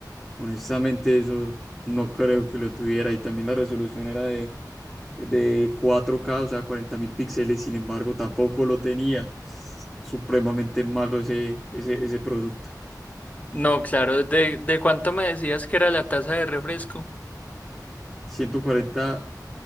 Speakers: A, in the centre; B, on the left.
A: honestamente eso no creo que lo tuviera. Y también la resolución era de, de cuatro k o sea, cuarenta mil píxeles. Sin embargo, tampoco lo tenía. Es supremamente malo ese, ese, ese producto.
B: No, claro. ¿De, de cuánto me decías que era la taza de refresco?
A: Ciento cuarenta